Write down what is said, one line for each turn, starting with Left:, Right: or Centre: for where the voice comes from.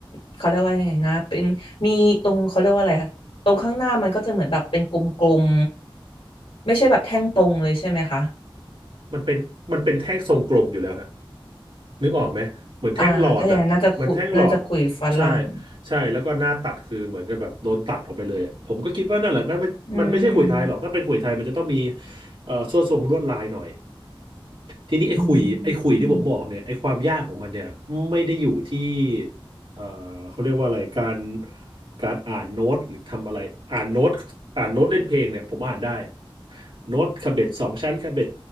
Left: เขาเรียกว่ายังไงนะเป็นมีตรงเขาเรียกว่าอะไรคะตรงข้างหน้ามันก็จะเหมือนแบบเป็นกลม ไม่ใช่แบบแท่งตรงเลยใช่ไหมคะ
Right: มันเป็นมันเป็นแท่งทรงกลมอยู่แล้วฮะ นึกออกไหมเหมือนแท่งหลอดอ่ะเหมือนแท่งหลอด
Left: อ่าถ้าอย่างนั้นน่าจะคุยน่าจะคุยฝรั่ง
Right: ใช่ใช่แล้วก็หน้าตัดคือเหมือนกับแบบโดนตัดออกไปเลยอ่ะผมก็คิดว่านั่นแหละนั่นมันมันไม่ใช่ขุยไทยหรอกถ้าเป็นขุยไทยมันจะต้องมี
Left: อืม
Right: เอ่อส่วนทรงลวดลายหน่อยทีนี้ไอ้ขุยไอ้ขุยที่ผมบอกเนี่ยไอ้ความยากของมันเนี่ยไม่ได้อยู่ที่
Left: อืมอืม
Right: เอ่อเขาเรียกว่าอะไรการการอ่านโน้ตหรือทำอะไรอ่านโน้ตอ่านโน้ตเล่นเพลงเนี่ยผมอ่านได้ โน้ตคาเบ็ดสองชั้นคาเบ็ด